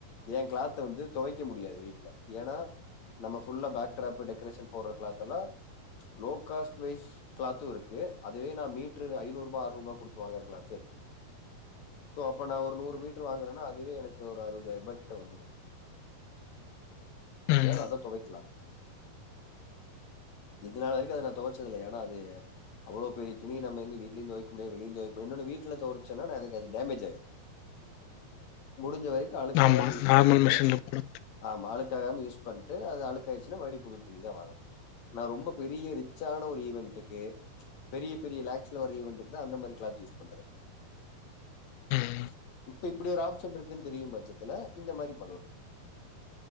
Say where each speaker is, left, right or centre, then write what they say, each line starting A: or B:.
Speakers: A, on the left (about 55°); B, on the left (about 80°).
A: என் கிளாத்த வந்து தொவைக்க முடியாது வீட்ல எனா நம்ம புல்லா பேக் ட்ராப் டெகரேஷன் போட்ற கிளாத் எல்லா லோ காஸ்ட் வைஸ் கிளாத்து இருக்கு அதுவே நா மீ்ட்ரு நா ஐநூருபா ஆறு ரூபா குடுத்து வாங்கற கிளாத் இர்க்கு சோ அப்ப நா ஒரு நூறு மீட்டர் வாங்கறென்னா அதுவே எனக்கு ஒரு அறுபதாயர்ப்பா கிட்ட வந்துரூ
B: ம்
A: ஏத அத தொவைக்லாம் இது நாள் வரிக்க அ நா தொவைச்சதில்ல ஏன்னா அது அவ்வளோ பெரிய துணி நம்ம இங்க வீட்லயு தொவைக் முடிய வெளியும் தொவைக் முடியு இன்னொன்னு வீட்ல துவசன்னா எனக்கது டேமஜ் ஆயிரு முடிஞ்ச வரைக்கு அளுக்காகம
B: ஆமா
A: யூஸ்
B: நார்மல்
A: பண்ணிட்டு
B: மிஷின்ல போடு
A: ஆம்மா அழுக் க்காகம யூஸ் பண்ட்டு அத அழுக்காய்டுச்சுன்னா மறுடி புது துணி தா வாங்கணு நா ரொம்ப பெரிய ரிச்சான ஒரு ஈவன்ட்டுக்கு பெரிய பெரிய லேக்ஸ்லவர இவன்ட்க்குதா அந்த மாரி க்ளாத் யூஸ் பண்றது
B: ம்
A: இப்ப இப்புடி ஒரு ஆப்ஷன் இருக்குன் தெரியு பட்சத்துல இந்த மாரி பண்ல